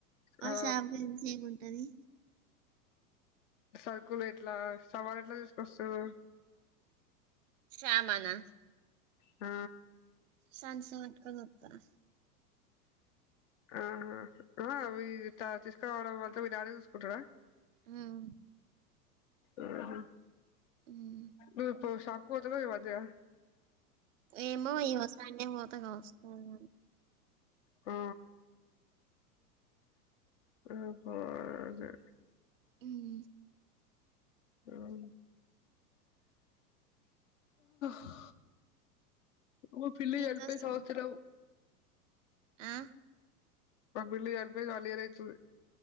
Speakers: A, on the right; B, on the left.
A: మా
B: ఆ
A: షాపు గురించి ఏముంటది
B: సరుకులు ఎట్లా సమాన్ ఎట్లా తీసుకొస్తారు
A: శ్యామానా
B: ఆ
A: సన్చుతో వట్కనత్తరు
B: ఆహా ఆ హ మీ త తీసుకురావడం అంత వల్ల మీ డాడీ చూసుకుంటడా
A: ఉమ్
B: ఆహా
A: ఉమ్.
B: నువ్ ఇపు షాప్ పోతాలెవా ఈ మధ్య
A: ఏమో ఈయ్యోసాన్న ఒతగావచ్చు ఏమో
B: ఆ మ్మ్ పోజే
A: మ్మ్
B: మ్మ్ హ ను పిల్లి
A: తీసుకొస్తాను
B: చనిపోయి సంవత్సరం
A: ఆ
B: మా పిల్లి చనిపోయి వన్ ఇయర్ అయితుంది